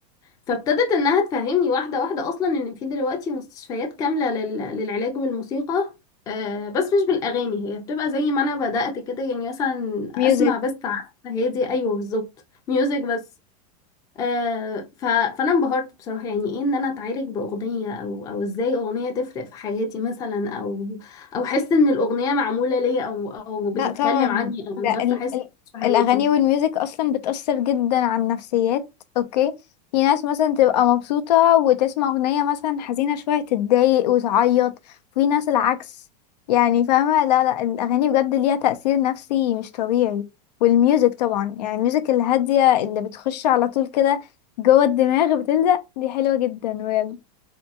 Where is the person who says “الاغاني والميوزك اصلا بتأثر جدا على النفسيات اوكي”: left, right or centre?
Left